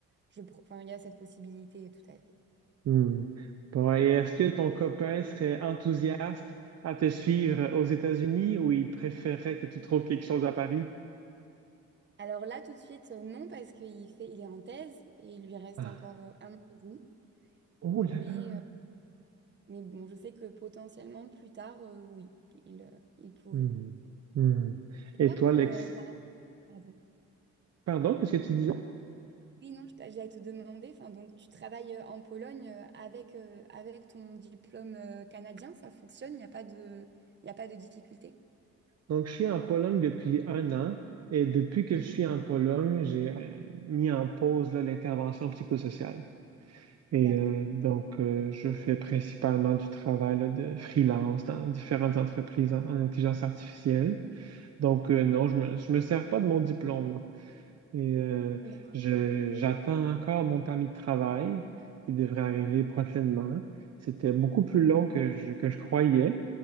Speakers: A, on the right; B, on the right.
A: je, pro- enfin, il y a cette possibilité, tout à fait.
B: Hmm. Bon, et est-ce que ton copain serait enthousiaste à te suivre aux États-Unis ou il préférerait que tu trouves quelque chose à Paris?
A: Alors là, tout de suite, euh, non, parce qu'il fait, il est en thèse et il lui reste
B: Ah.
A: encore euh, un an et demi.
B: Oh
A: Mais,
B: là là.
A: euh, mais bon, je sais que potentiellement, plus tard, euh, oui, il, euh, il pourrait.
B: Hmm. Hmm.
A: Et
B: Et
A: toi,
B: toi,
A: pour,
B: Lex...
A: euh, bah, pardon.
B: Pardon, qu'est-ce que tu disais?
A: Oui, non, je- j'allais te demander, enfin, donc tu travailles euh, en Pologne euh, avec, euh, avec ton diplôme euh, canadien, ça fonctionne, il n'y a pas de, il n'y a pas de difficulté.
B: Donc, je suis en Pologne depuis un an et depuis que
A: Mhm.
B: je suis en Pologne, j'ai euh, mis en pause là, l'intervention psychosociale. Et
A: D'accord.
B: euh, donc, euh, je fais principalement du travail là, de freelance dans différentes entreprises en en intelligence artificielle. Donc, euh,
A: Mhm.
B: non, je me, je me sers pas de mon diplôme. Et euh,
A: D'accord.
B: je, j'attends encore mon permis de travail qui devrait arriver prochainement. C'était beaucoup plus
A: Mhm.
B: long que je, que je croyais.